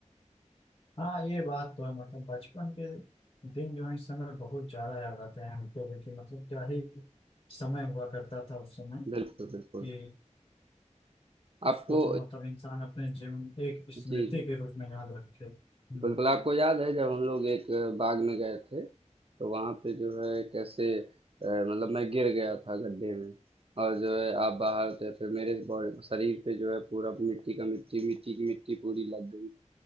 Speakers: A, on the left; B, on the right.
A: हाँ ये बात तो है मतलब बचपन के दिन जो है इस समय बहुत ज्यादा याद आते हैं हमको भी कि मतलब क्या ही समय हुआ करता था उस समय
B: बिल्कुल बिल्कुल
A: कि उसको
B: आपको
A: तो मतलब इंसान अपने जीवन में एक स्मृति
B: जी जी
A: के रूप में याद रखे हम्म
B: बिल्कुल आपको याद है जब हम लोग एक बाग में गए थे तो वहाँ पे जो है कैसे अ, मतलब मैं गिर गया था गड्ढे में और जो है आप बाहर थे फिर मेरे बॉडी शरीर पे जो है पूरा मिट्टी का मिट्टी मिट्टी की मिट्टी पूरी लग गई